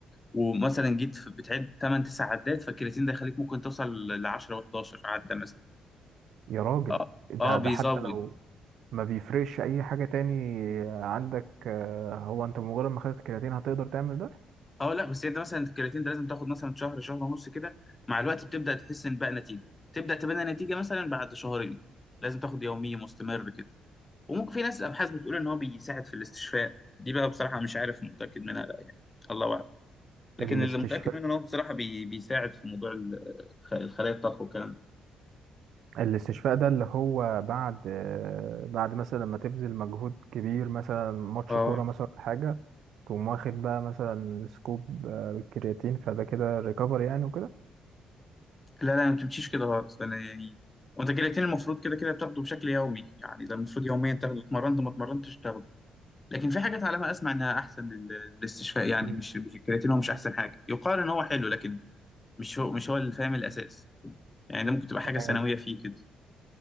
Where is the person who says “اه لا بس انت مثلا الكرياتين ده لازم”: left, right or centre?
Left